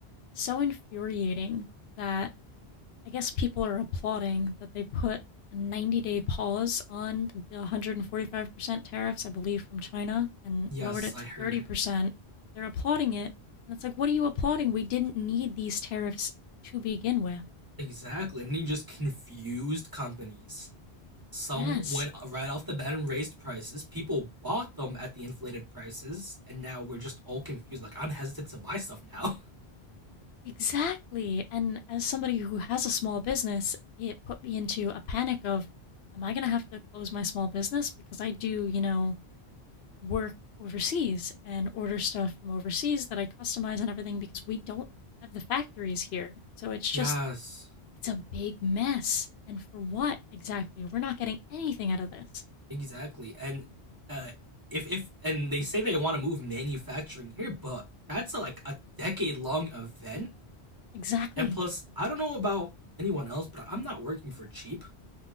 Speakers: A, on the left (about 75°); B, on the right (about 20°).
A: so infuriating that I guess people are applauding that they put a 90 day pause on the 145% tariffs, I believe, from China and
B: <laughs> yes,
A: lowered it
B: I
A: to
B: heard
A: 30%. They're applauding it. And it's like, what are you applauding? We didn't need these tariffs to begin with.
B: exactly. And you just confused companies. Some
A: Yes.
B: went right off the bat and raised prices. People bought them at the inflated prices, and now we're just all confused. Like I'm hesitant to buy stuff now.
A: Exactly. And as somebody who has a small business, it put me into a panic of, am I going to have to close my small business? Because I do, you know, work overseas and order stuff from overseas that I customize and everything because we don't have the factories here. So it's just,
B: <laughs> yes,
A: it's a big mess. And for what exactly? We're not getting anything out of this.
B: Exactly. And uh if if and they say they want to move manufacturing here, but that's a, like a decade long event.
A: Exactly.
B: And plus, I don't know about anyone else, but I'm not working for cheap.